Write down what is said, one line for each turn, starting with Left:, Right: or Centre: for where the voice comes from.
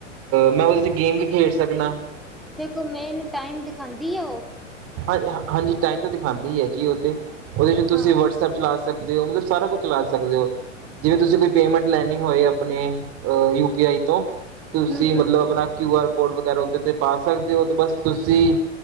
Right: ਮੈਂ ਉਹਦੇ ਤੇ ਗੇਮ ਵੀ ਖੇਡ ਸਕਣਾ
Centre: ਦੇਖੋ ਮੈ ਇਹਨੂੰ ਟਾਈਮ ਦਿਖਾਉਂਦੀ ਏ ਉਹ?
Right: ਹਾਂਜੀ, ਟਾਈਮ ਤੇ ਦਿਖਾਉਂਦੀ ਹੀ ਹੈ ਜੀ ਉਹ ਤੇ, ਉਹਦੇ ਚ ਤੁਸੀਂ
Centre: ਹਾਂ,
Right: ਵਟਸਐਪ ਚਲਾ ਸਕਦੇ ਮਤਲਬ ਸਾਰਾ ਕੁੱਝ ਚਲਾ ਸਕਦੇ ਹੋ ਜਿਵੇਂ ਤੁਸੀਂ ਕੋਈ ਪੇਮੈਂਟ ਲੈਣੀ ਹੋਏ ਆਪਣੇ ਯੂ-ਪੀ-ਆਈ ਤੋਂ। ਤੁਸੀਂ
Centre: ਹੂੰ-ਹੂੰ
Right: ਮਤਲਬ ਆਪਣਾ ਕਿਊਆ ਕੋਡ ਵਗੈਰਾ ਉਦੇ ਤੇ ਪਾ ਸਕਦੇ ਹੋ, ਬਸ ਤੁਸੀਂ